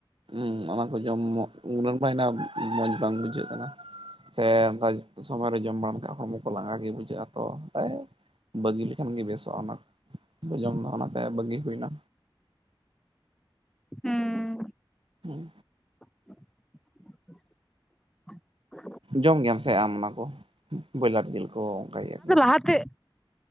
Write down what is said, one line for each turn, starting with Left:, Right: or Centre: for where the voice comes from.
Right: ᱦᱩᱸ ᱚᱱᱟ ᱠᱚ ᱡᱚᱢ ᱩᱱ ᱨᱮᱱ ᱢᱟ ᱟᱭ ᱢᱚᱸᱡᱽ ᱵᱟᱝ ᱵᱩᱡᱷᱟᱹᱜ ᱠᱟᱱᱟ ᱥᱮ ᱚᱱᱠᱟ ᱥᱚᱢᱚᱭ ᱨᱮ ᱡᱚᱢ ᱵᱟᱲᱟ ᱞᱮᱠᱟᱱᱡ ᱦᱚᱲᱢᱚ ᱠᱚ ᱞᱟᱸᱜᱟ ᱜᱮ ᱵᱩᱡᱷᱟᱹᱜ ᱟ ᱛᱚ ᱛᱟᱭ ᱵᱟᱹᱜᱤ ᱞᱮᱠᱷᱟᱱ ᱜᱮ ᱵᱮᱥᱚᱜᱼᱟ ᱚᱱᱟ ᱡᱚᱢᱫᱟᱱᱟ ᱢᱟᱱᱟ ᱛᱮ ᱵᱟᱹᱜᱤ ᱦᱩᱭᱱᱟ
Centre: ᱦᱩᱸ
Right: ᱦᱮᱸ
Centre: <inaudible>
Right: ᱡᱚᱢ ᱜᱮᱭᱟᱢ ᱥᱮ ᱟᱢ ᱚᱱᱟ ᱠᱚ ᱵᱚᱭᱞᱟᱨ ᱡᱤᱞ ᱠᱚ ᱚᱱᱠᱟ ᱜᱮᱭᱟ ᱠᱚ,
Centre: ᱟᱛᱷᱮᱜ